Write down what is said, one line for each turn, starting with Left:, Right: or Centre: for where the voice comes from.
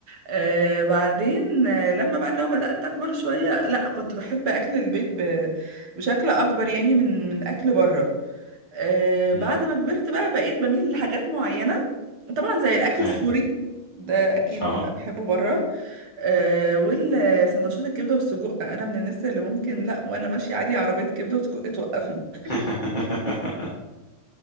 Right: آه بعدين آه لما بقى لو بدأت أكبر شوية لا كنت بحب أكل البيت ب- بشكل أكبر يعني من من أكل بره آه بعد
Left: مم.
Right: ما كبرت بقى بقيت بميل لحاجات معينة طبعا زي الأكل
Left: اي
Right: السوري ده أكيد
Left: اه
Right: بقى بحبه بره آه والسندوتشات الكبدة والسجق أنا من الناس اللي ممكن لا وأنا ماشية عادي عربية كبدة وسجق توقفني <laughs>
Left: <laughs>